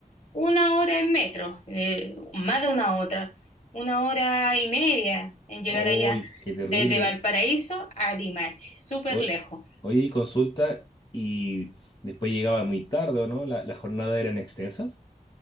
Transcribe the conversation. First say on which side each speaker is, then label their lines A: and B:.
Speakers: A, on the left; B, on the left.
A: una hora en metro, eh, más de una otra, una hora y media en llegar
B: ¡Uy,
A: allá,
B: qué terrible!
A: desde Valparaíso a Limache, súper
B: O-
A: lejos.
B: Oye, y consulta, y después llegaba muy tarde, ¿o no? La, las jornadas eran extensas.